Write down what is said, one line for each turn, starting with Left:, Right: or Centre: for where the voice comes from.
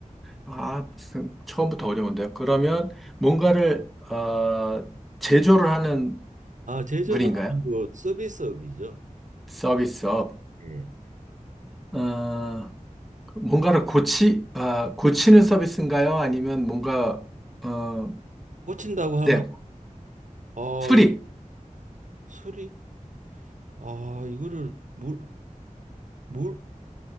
Centre: 아, 무슨, 처음부터 어려운데요. 그러면 뭔가를, 어, 제조를 하는
Right: 아, 제조는
Centre: 분인가요?
Right: 아니고 서비스업이죠.
Centre: 서비스업.
Right: 예.
Centre: 어, 뭔가를 고치, 아, 고치는 서비스인가요? 아니면 뭔가, 어,
Right: 고친다고 하면
Centre: 네,
Right: 아,
Centre: 수리.
Right: 이- 수리? 아, 이거를 물 물